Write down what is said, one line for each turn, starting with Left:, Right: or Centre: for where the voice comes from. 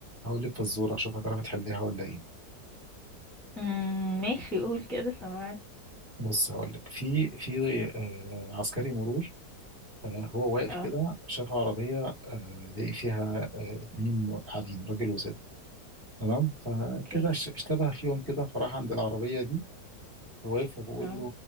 Right: هقول لك فزوره اشوف هتعرفي تحليها ولا ايه
Centre: امم ماشي قول كده سمعت
Right: بص هقول لك في في آه، عسكري مرور آه، هو واقف
Centre: اه
Right: كده شاف عربيه آه، لقي فيها آه، اتنين قاعدين راجل وست تمام فكده
Centre: اوكي
Right: اش- اشتبه فيهم كده فراح عند العربيه دي هو واقف فبقول
Centre: اه
Right: له